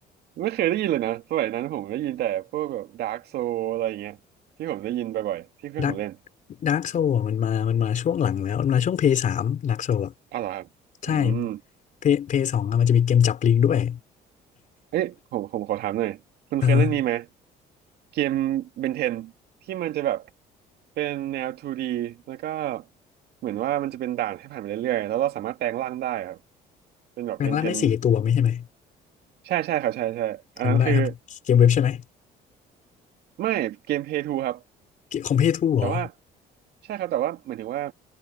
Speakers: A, on the right; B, on the left.
A: ไม่เคยได้ยินเลยนะสมัยนั้นผมได้ยินแต่พวกแบบดาร์กโซอะไรอย่างเงี้ยที่ผมได้ยินบ่อยๆที่เพื่อนผมเล่น
B: ดักดักโซะมันมามันมาช่วงหลังแล้วมันมาช่วงเพย์สามดักโซะ
A: อ๋อเหรอครับอืม
B: ใช่เพย์เพย์สองมันจะมีเกมจับปลิงด้วย
A: เอ้ยผมผมขอถามหน่อยคุณเคยเล่นนี้ไหม
B: อ่าฮะ
A: เกมเบนเทนที่มันจะแบบเป็นแนว 2D แล้วก็เหมือนว่ามันจะเป็นด่านให้ผ่านไปเรื่อยๆแล้วเราสามารถแปลงร่างได้ครับเป็นแบบเบนเทน
B: แรงล่างได้สี่ตัวไม่ใช่ไหม
A: ใช่ใช่ครับใช่ใช่อันนั้นคือ
B: จำได้ครับเกมเว็บใช่ไหม
A: ไม่เกมเพย์ทูครับ
B: เกมของเพย์ทูเหรอ
A: แต่ว่าใช่ครับแต่ว่าเหมือนถึงว่า